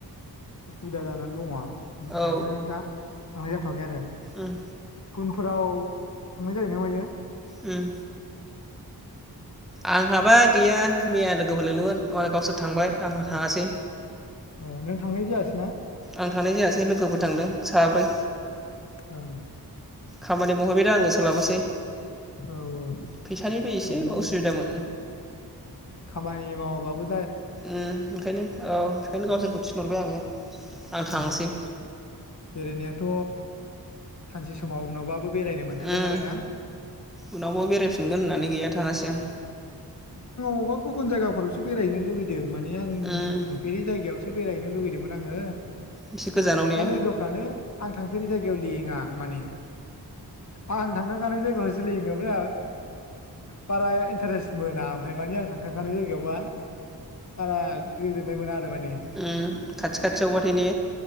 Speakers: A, on the left; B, in the centre.
A: उसुबिदा जानानै दङ। बिनि थाखायनो
B: औ
A: दा थांनाय जाथ' आगै आरो
B: उम
A: उन फोराव थांनाय जायो ना मायो
B: उम आंहाबा गैया, मैया लोगोफोर लेंदोंमोन मालाय गावसोर थांबाय आं थाङासै।
A: ओ नों थांनाय जायासै ना?
B: आं थांनाय जायासै लोगोफोर थांदों साब्रै
A: ओं
B: खामानि मावहैबाय दा आङो सोलाबासै
A: औ औ
B: फैसानिबो एसे
A: ओरैनो
B: उसुबिदामोन
A: खामानि माव बाबो
B: उम ओंखायनो औ ओंखायनो गावसोरखौ थिनहरबाय आङो। आं
A: औ
B: थाङासै
A: बेरायनायाथ' सानसे समाव उनावबाबो बेरायनो मोनखागोन
B: उम
A: नालाइ ना?
B: उनावबो बेरायफिनगोन होननानै गैया थाङासै आं
A: बबा गुबुन जायगाफोरावसो बेरायहैनो लुबैदो। दों माने आं
B: उम
A: थांफेरै जायगायाव सो बेरायहैनो लुुबैदोंमोन आङो।
B: एसे गोजानाव ने
A: दा लोगोफ्रानो आं थांफेरै जायगायाव लेङा। माने आं थांखांखानाय जायगायावसो लिंङो ओमफ्राय आं बारा इन्टारेस्ट मोना ओमफ्राय मानि आं थांखाखानाय जायगायावबा बारा गोजोननाय मोना आरो माने
B: उम खाथि खाथि आवबा ओइ ने